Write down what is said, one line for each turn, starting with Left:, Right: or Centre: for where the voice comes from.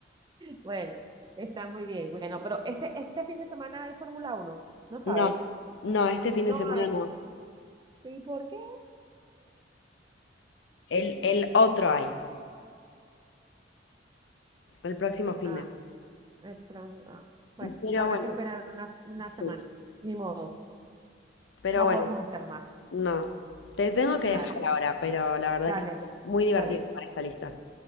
Right: Bueno, está muy bien. Bueno, pero este, este fin de semana hay Fórmula uno no sabes,
Left: No, no, este fin
Right: no
Left: de semana
Right: hay.
Left: no.
Right: ¿Y por qué?
Left: El, el otro hay, el próximo fin
Right: Ah,
Left: de.
Right: el pro- ah, bueno,
Left: Pero
Right: habrá
Left: bueno,
Right: que esperar una, una semana.
Left: sí,
Right: Ni modo,
Left: pero
Right: no
Left: bueno,
Right: podemos hacer más.
Left: no. Te tengo que
Right: Dale,
Left: dejar ahora, pero la verdad
Right: dale,
Left: que estuvo muy divertido
Right: dale,
Left: para esta lista.